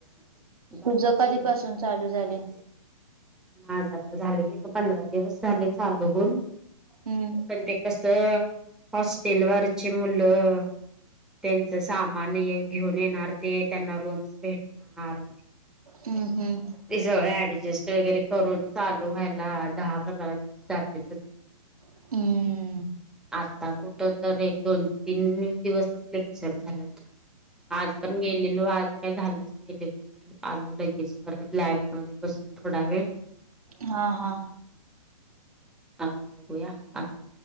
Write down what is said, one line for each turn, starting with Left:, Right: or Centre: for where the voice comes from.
Centre: बाकीचे
Right: तुझ कधीपासून चालू झाले
Centre: <unintelligible> माझं तर झालं की रा दिवस झाले चालू हून
Right: हम्म
Centre: पण ते कस हॉस्टेलवरचे मुलं तेचं सामान घेऊन येणार ते त्यांना रूम्स भेटणार
Right: हम्म हम्म
Centre: ते सगळ ऍडजस्ट वैगेरे करून चालू व्हायला दहा पंधरा दिवस जातले
Right: हम <unintelligible>
Centre: आता कुट तर एक दोन तीन दिवस लेक्चर झाल्यात आज पण गेलेलो आज काही झालंच नाही लेक्चर आलो लगेच परत लॅबमदे बसून थोडा वेळ
Right: हा हा
Centre: आता बघूया आता